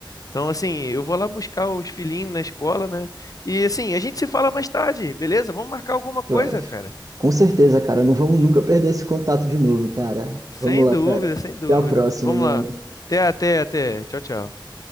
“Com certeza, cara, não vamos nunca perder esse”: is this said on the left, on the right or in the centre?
Right